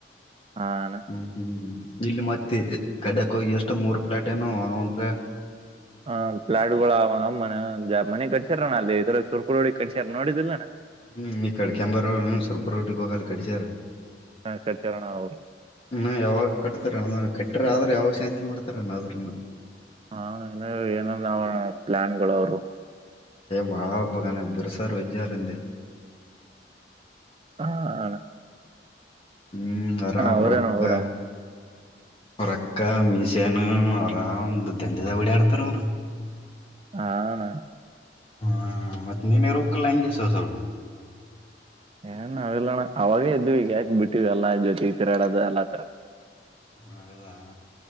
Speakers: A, on the right (about 30°); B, on the left (about 30°).
A: ಹಾ ಅಣ್ಣ
B: ಹ್ಮ್ ಹ್ಮ್ ಇಲ್ಲಿ ಮತ್ತೆ ಕಡಕ್ೋಗಿ ಎಷ್ಟು ಮೂರ್ ಪ್ಲೇಟ್ ಏನು ಒಂದ್ ಪ್ಲೇ
A: ಹ ಪ್ಲಾಟ್ಗಳು ಅವಮ್ಮ ಮನೆ ಕಟ್ಸಾರ ಅಲ್ಲಿ ಇದ್ರ ಸುರ್ಕುಿ ಕಸ ಚರ್ ನೋಡಿದಿಲ್ಲಾನ
B: ಹ್ಮ್ ಈ ಕಡೆ ಕೆಂಂಬ ರೋ ಸೊರ್ಪು ರೊಟ್ಟಿ ಗೋೋಗಲಿ ಕಡಿಸಾರರು
A: ಕಟ್ಸ್ಯಾರಣ ಅವ್ರು
B: ಹ ಯಾಗ ಕತಣ ಕಟ್ಟ ಆದ್ರ ಯಾವಾಗ ಶಾಂತಿ ಮಾಡ್ತಾರಣ ಅದ್ರನ್ನ
A: ಹಾ ಏನ ನಾವ ಪ್ಲಾನ್ಗಳು ಅವರು
B: ಭಾಳಪ್ಪಗಾನ ಬಿರುಸಾರ ವಜ್ಜಾರಿಂದೆ
A: ಹಾ ಆಣ
B: ಹ್ಮ್ ಆರಾಮ್
A: ಅವ್ರೇನು
B: ರಕ್ಕ
A: ಅವ್ರ
B: ಅವ್ರಕ್ಕ ಮೀಶನ್ ಅವರ ಒಂದು ದಂಧೆದಾಗ ಡ ಆಡ್ತಾರ ಅವರು
A: ಹಣ
B: ಹ್ಮ ಮತ್ತನಮ ರೋಕ ಲಾಯಂಗೆ ಸಸಲ್
A: ಏನ್ ನಾವೆಲ್ಲಣ ಅವಾಗೇ ಇದ್ೀವಿ ಈಗ ಯಾಕ ಬಿಟ್ಟಿವ ಎಲ್ಲಾ ಜೊತಿ ಈ ತಿರಾಡದು ಎಲ್ಲ ತರ
B: ಹೌದಾ